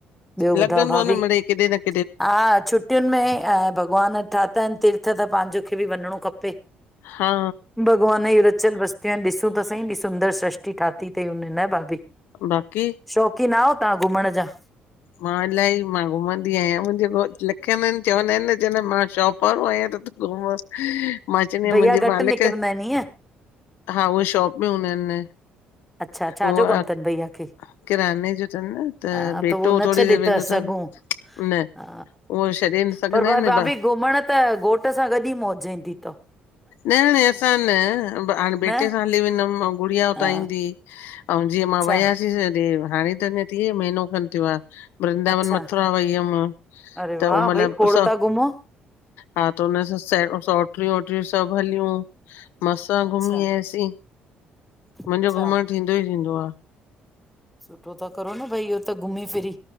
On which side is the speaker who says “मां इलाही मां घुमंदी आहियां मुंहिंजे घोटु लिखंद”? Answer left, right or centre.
Left